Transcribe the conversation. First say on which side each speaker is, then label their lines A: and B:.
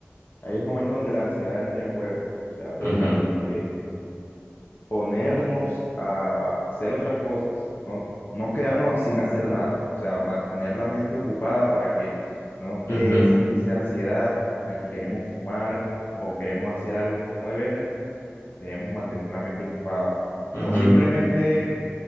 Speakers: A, on the left (about 45°); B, on the left (about 85°).
A: ahí es el momento donde la ansiedad entra en juego. O sea, deberíamos
B: Ujú,
A: eh, ponernos a hacer otras cosas, no, no quedarnos sin hacer nada, o sea, mantener la mente ocupada para que no nos dé
B: ujú,
A: esa crisis de ansiedad en la que queremos fumar o queremos hacer algo que no debemos, debemos mantener la mente ocupada.
B: ujú,
A: O simplemente